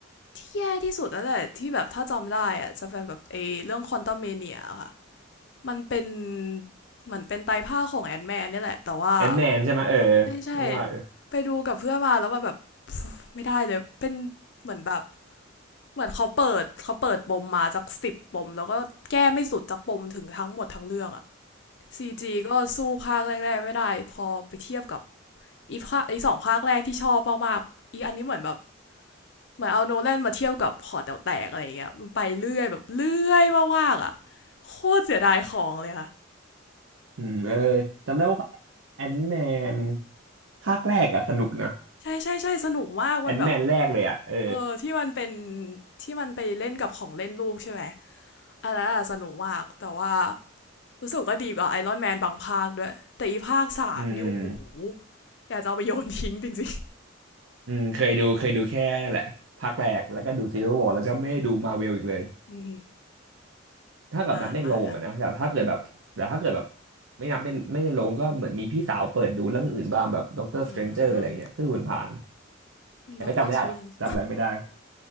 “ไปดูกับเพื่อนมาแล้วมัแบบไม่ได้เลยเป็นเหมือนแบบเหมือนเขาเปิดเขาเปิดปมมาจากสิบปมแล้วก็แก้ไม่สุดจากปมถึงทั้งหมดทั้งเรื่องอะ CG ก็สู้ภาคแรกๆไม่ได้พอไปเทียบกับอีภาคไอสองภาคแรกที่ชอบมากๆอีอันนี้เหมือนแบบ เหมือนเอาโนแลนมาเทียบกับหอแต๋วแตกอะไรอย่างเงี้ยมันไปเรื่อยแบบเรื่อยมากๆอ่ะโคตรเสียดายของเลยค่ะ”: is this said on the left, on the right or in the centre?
Left